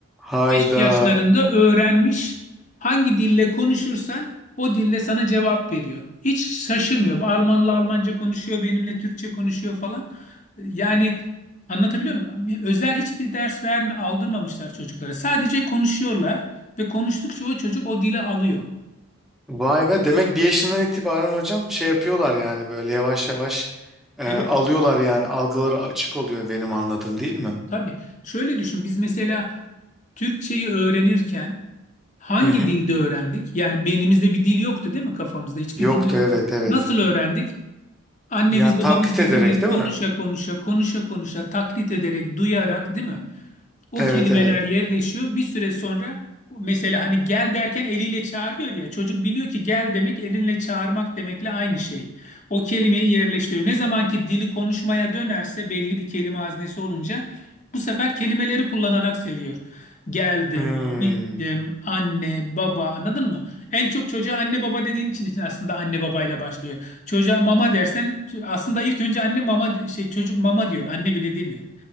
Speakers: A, in the centre; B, on the left (about 35°).
A: Hayda.
B: Beş yaşlarında öğrenmiş. Hangi dille konuşursan o dille sana cevap veriyor. Hiç şaşırmıyor. Almanla Almanca konuşuyor, benimle Türkçe konuşuyor falan. Yani anlatabiliyor muyum? Özel hiçbir ders verme, aldırmamışlar çocuklara. Sadece konuşuyorlar ve konuştukça o çocuk o dile alıyor.
A: Vay be demek bir yaşından itibaren hocam şey yapıyorlar yani böyle yavaş yavaş e,
B: Evet,
A: alıyorlar yani algıları açık oluyor benim anladığım değil mi?
B: tabii. Şöyle düşün, biz mesela Türkçeyi öğrenirken hangi
A: Hı hı.
B: dilde öğrendik? Yani beynimizde bir dil yoktu değil mi kafamızda? Hiçbir
A: Yoktu
B: dil yoktu.
A: evet evet.
B: Nasıl öğrendik? Annemiz
A: Yani
B: babamız
A: taklit
B: bizimle
A: ederek
B: konuşa
A: değil mi?
B: konuşa konuşa konuşa taklit ederek duyarak değil mi? O
A: Evet
B: kelimeler
A: evet.
B: yerleşiyor. Bir süre sonra mesela hani gel derken eliyle çağırıyor ya. Çocuk biliyor ki gel demek elinle çağırmak demekle aynı şey. O kelimeyi yerleştiriyor. Ne zaman ki dili konuşmaya dönerse belli bir kelime haznesi olunca bu sefer kelimeleri kullanarak seriyor. Geldim,
A: Hmm,
B: gittim, anne, baba anladın mı? En çok çocuğa anne baba dediğin için için aslında anne babayla başlıyor. Çocuğa mama dersen aslında ilk önce anne mama şey çocuk mama diyor. Anne bile demiyor.